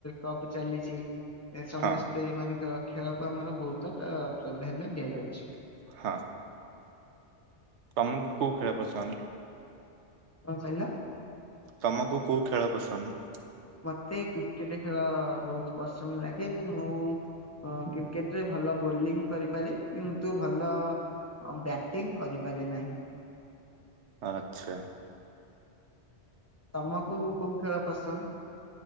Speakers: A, on the left; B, on the right.
A: କପ୍ ଚାଲିଛି। ଏ ସମସ୍ତେ
B: ହଁ
A: ଏ ମାନେ ଖେଳକୁ ଆମର ବହୁତ ପ୍ରାଧାନ୍ୟ ଦିଆଯାଉଛି।
B: ହଁ ତମକୁ କୋଉ ଖେଳ ପସନ୍ଦ?
A: କଣ କହିଲ?
B: ତମକୁ କୋଉ ଖେଳ ପସନ୍ଦ?
A: ମତେ କ୍ରିକେଟ ଖେଳ ବହୁତ ପସନ୍ଦ ଲାଗେ। ମୁଁ ଅ କ୍ରିକେଟ ରେ ଭଲ ବୋଲିଂ କରିପାରେ। କିନ୍ତୁ ଭଲ ବ୍ୟାଟିଂ କରିପାରେ ନାହିଁ।
B: ଆଚ୍ଛା।
A: ତମକୁ କୋଉ ଖେଳ ପସନ୍ଦ?